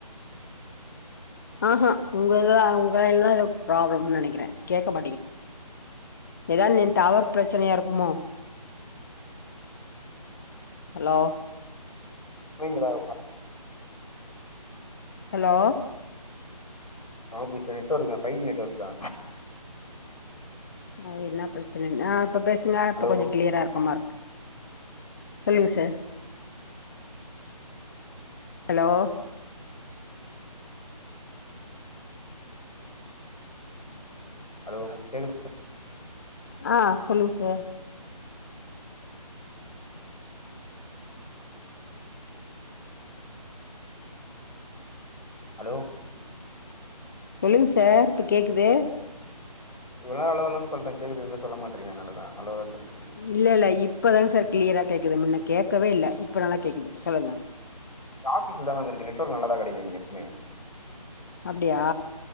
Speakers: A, on the left; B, on the left.
A: ஆஹா உங்கதா உங்களதா ஏதோ ப்ராப்ளம்ன்னு நெனைக்கிறே கேக்க மாட்டேங்கிது ஏதா நின் டவர் பிரச்சனையா இருக்குமோ ஹலோ
B: நீங்க தா உக்கா
A: ஹலோ
B: ஆபீஸ்ல நெட்வொர்க்தா ஃபைவ் ஜி நெட்வொர்க்தா
A: ஓ என்ன பிரச்சனன்னு ஆ இப்ப பேசுங்க இப்ப
B: ஹலோ
A: கொஞ்சோ கிளியரா இருக்க மாரி இருக்கு சொல்லுங்க சார் ஹலோ
B: ஹலோங்க கேக்குதா
A: ஆ சொல்லுங்க சார்
B: ஹலோ
A: சொல்லுங்க சார் இப்ப கேக்குது
B: இவ்ளோ நேரோ ஹலோ ஹலோன்னு சொல்றே கேக்குது எதுமே சொல்ல மாட்றீங்க அதுனாலதா ஹலோ ஹலோன்னு சொல்ட்ருந்தே
A: இல்ல இல்ல இப்பதாங்க சார் கிளியரா கேக்குது முன்ன கேக்கவே இல்ல இப்ப நல்லா கேக்குது சொல்லுங்க
B: ஆபீஸ்லதா மேம் இருக்கு நெட்வொர்க் நல்லாதா கெடைக்கு இங்க எப்பமே
A: அப்டியா